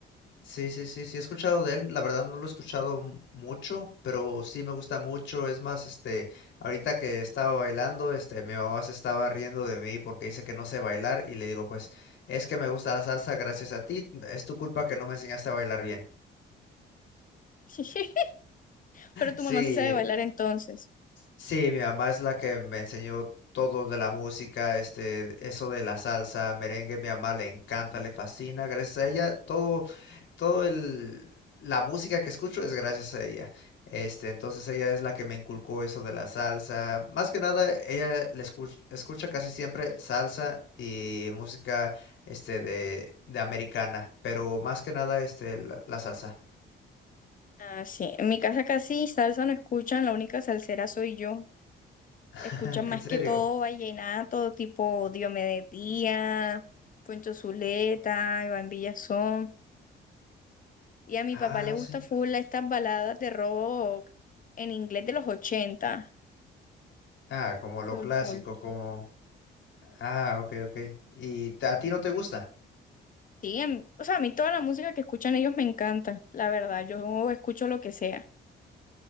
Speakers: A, on the left (about 70°); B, on the left (about 45°).
A: Sí, sí, sí, sí, he escuchado de él, la verdad no lo he escuchado m- mucho, pero sí me gusta mucho, es más, este, ahorita que estaba bailando, este, mi mamá se estaba riendo de mí porque dice que no sé bailar y le digo, pues, es que me gusta la salsa gracias a ti, es tu culpa que no me enseñaste a bailar bien.
B: <laughs> Pero tu
A: <laughs> Sí,
B: mamá sí sabe bailar entonces.
A: Sí, mi mamá es la que me enseñó todo de la música, este, eso de la salsa, merengue, mi mamá le encanta, le fascina, gracias a ella, todo, todo el, la música que escucho es gracias a ella. Este, entonces ella es la que me inculcó eso de la salsa. Más que nada, ella le escuch- escucha casi siempre salsa y música, este, de, de americana, pero más que nada, este, la la salsa.
B: Ah, sí. En mi casa casi salsa no escuchan, la única salsera soy yo.
A: <laughs>
B: Escuchan más
A: En serio.
B: que todo vallenato, tipo Diomedes Díaz, Poncho Zuleta, Iván Villazón. Y a mi
A: Ah,
B: papá le gusta
A: sí.
B: full estas baladas de rock en inglés de los ochenta
A: Ah, como
B: Full,
A: lo clásico,
B: full.
A: como... Ah, ok, ok. ¿Y t- a ti no te gusta?
B: Sí, em- o sea, a mí toda la música que escuchan ellos me encanta, la verdad. Yo escucho lo que sea.